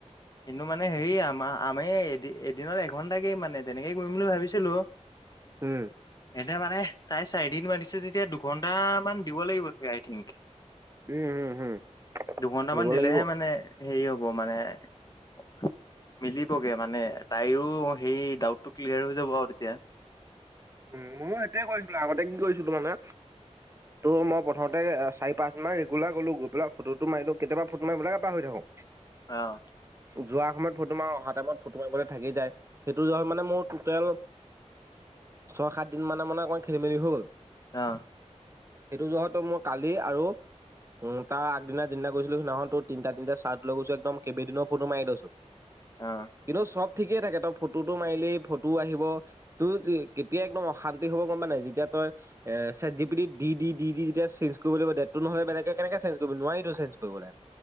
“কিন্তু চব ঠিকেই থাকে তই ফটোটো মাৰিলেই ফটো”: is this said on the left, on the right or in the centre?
Right